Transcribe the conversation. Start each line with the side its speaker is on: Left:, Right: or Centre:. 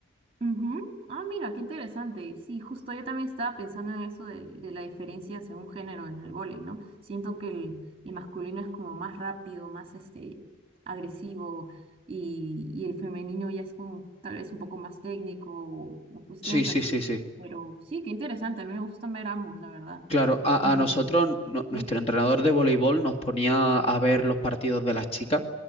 Right: Ujú. Ah, mira, qué interesante. Sí, justo yo también estaba pensando en eso de de, la diferencia según género en el vóley, ¿no? Siento que el, el masculino es como más rápido, más este, agresivo y, y el femenino ya es como tal vez un poco más técnico o, o cuestiones
Left: Sí, sí,
Right: así.
Left: sí, sí.
Right: Pero sí, qué interesante. A mí me gustan ver ambos, la verdad.
Left: Claro, a,
Right: Y,
Left: a nosotros, no- nuestro
Right: sí.
Left: entrenador de voleibol nos ponía a ver los partidos de las chicas